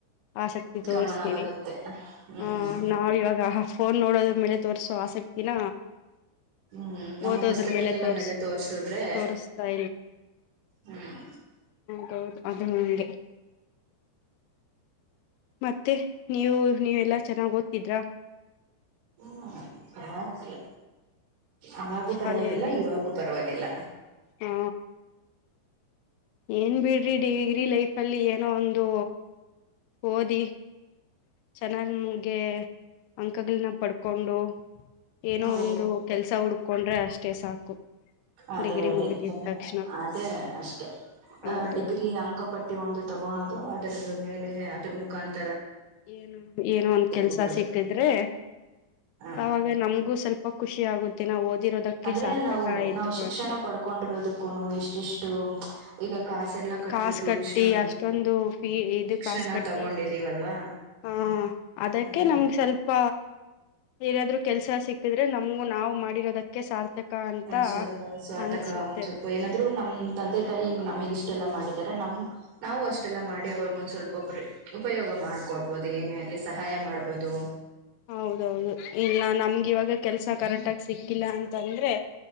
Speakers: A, on the left (about 85°); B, on the right (about 85°).
A: ಆಸಕ್ತಿ ತೋರಿಸ್ತೀವಿ
B: ಗಮನ ಬರುತ್ತೆ ಹ್ಮ್
A: ಆಹ ನಾವ ಇವಾಗ ೋನ್ ನೋದ್ರೇಲೆ ತೋರಿಸಿ ೊ ಆಸಕ್ತಿನ
B: ಹ್ಮ್ ನಮ್ಮ
A: ಓದೋದ್ರ
B: ಪುಸ್ತಕಗಳಲ್ಲ
A: ಮೇಲೆ ತೋರ್ಸ್
B: ಮೇಲೆೆ ತೋರ್ಸುದ್ರೆ
A: ತೋರಿಸ್ತಾ
B: ಹ್ಮ್
A: ಹೌದು ಅದು ಹಂಗೆ ಮತ್ತೆ ನೀವು ನೀವೆಲ್ಲಾ ಚೆನ್ನಾಗ್ ಓದ್ತಿದ್ರ
B: ಹ್ಮ ಪರಲ್ಲ ಅವಾಗೂ
A: ಶಾಲೆಯಲ್ಲಿ
B: ಪರವಾಗಿಲ್ಲ ಇವಾಗೂ ಪರವಾಗಿಲ್ಲ
A: ಹಾ ಏನ್ ಬಿಡ್ರಿ ಡಿಗ್ರಿ ಲೈಫ್ ಅಲ್ಲಿ ಏನೋ ಒಂದು ಓದಿ ಚೆನ್ನಾಗ್ ಮುಗೆ ಅಂಕಗಳನ ಪಡ್ಕ ಹಕೊಂಡು ಏನೋ
B: ಹೌದು
A: ಒಂದು ಕೆಲ್ಸ ಹುಡ್ಕೊಂಡ್ರೆ ಅಷ್ಟೇ ಸಾಕು
B: ಅದೇ
A: ಡಿಗ್ರಿ
B: ಅದೇ
A: ಮುಗಿದಿದ ತಕ್ಷಣ
B: ಅದೇ ಅಷ್ಟೇ ಅ
A: ಹೌದೌದು
B: ಡಿಗ್ರಿ ಅಂಕ ಪಟ್ಟಿ ಒಂದು ತಗಳೋದು ಅದ್ರ ಮೇಲೆ ಅದ್ರ ಮುಖಾಂತರ
A: ಏನು ಏನೋ ಒಂದ ಕೆಲ್ಸ
B: ಹೋಗೋದು
A: ಸಿಕ್ಕಿದ್ರೆ
B: ಹ
A: ಅವಾಗ ನಮ್ಗೂ ಸ್ವಲ್ಪ ಖುಿ ಆಗುತ್ತ ನಾವು ಓದಿರೋದಕ್ಕೆ
B: ಅಂದ್ರೆ
A: ಸಾರ್ಥಕ
B: ನಾವು
A: ಆಯ್ತು
B: ನಾವ್ ಶಿಕ್ಷಣ
A: ಅಂತ
B: ಪಡ್ಕೊಂಡಿರೋದಕ್ಕೂನು ಇಷ್ಟಿಷ್ಟು ಈಗ ಕಾಸೆಲ್ಲಾ ಕಟ್ಬಿಟ್ಟು
A: ಕಾಸು ಕಟ್ಟಿ
B: ಇಷ್ಟೊಂದು
A: ಅಷ್ಟೊಂದು ಫೀ ಇದು
B: ಶಿಕ್ಷಣ
A: ಕಾಸು ಕಟ್ಟಿ
B: ತಗೊಂಡಿದೀವಲ್ವಾ
A: ಹಹ ಅದಕ್ಕೆ
B: ಹ್ಮ್
A: ನಮ್ಗೆ ಸ್ವಲ್ಪ ಏನಾದ್ರು ಕೆಲ್ಸ ಸಿಕ್ಕಿದ್ರೆ ನಮಗು ನಾ್ ಮಾಡಿರೋದಕ್ಕೆ ಸಾರ್ಥಕ ಅಂತ
B: ಒಂದ್ ಸ್ವಲ್ಪ ಆಟಕ
A: ಅನ್ಸುತ್ತೆ
B: ಒಂದ್ ಸ್ವಲ್ಪ ಏನಾದ್ ನಮ್ ತಂದೆ ತಾಯಿ ನಮಗ್ ಇಷ್ಟೆಲ್ಲಾ ಮಾಡಿದ್ದಾರೆ ನಮ ನಾವು ಅಷ್ಟೆಲ್ಲ ಮಾಡಿ ಅವ್ರಗ ಒಂದ ಸ್ವಲ್ಪ ಉಪಯೋಗ ಮಾಡ್ಕೊಡ್ಬಹುದು ಏನೇ ಆಗ್ಲಿ ಸಹಾಯ ಮಾಡ್ಬೋದು
A: ಹೌದೌದು ಇಲ್ಲ ನಮ್ ಇವಾಗ ಕೆಲ್ಸ ಕರೆಕ್ಟ್ ಆಗ ಸಿಕ್ಕಿಲ್ಲ ಅಂತಂದ್ರೆ